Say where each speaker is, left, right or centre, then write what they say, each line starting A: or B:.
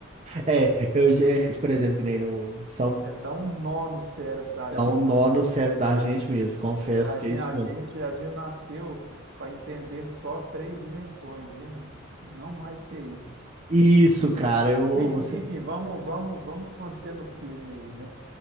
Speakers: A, on the right; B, on the right.
A: É, eu,
B: É
A: é, por exemplo, que nem no. Só
B: é dar um nó no cérebro da
A: dá
B: gente.
A: um nó
B: Que
A: no cérebro da gente mesmo, confesso
B: a
A: que
B: gente,
A: é isso
B: a
A: mesmo.
B: gente, a gente nasceu para entender só três dimensões, viu? Não mais do que isso.
A: Isso, cara, eu ou
B: Enfim,
A: você.
B: enfim, vamos, vamos, vamos manter no filme aí, né?